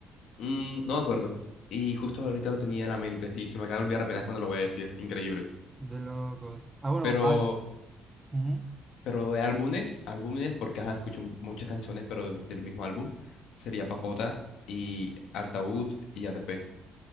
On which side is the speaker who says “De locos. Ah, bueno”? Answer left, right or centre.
Right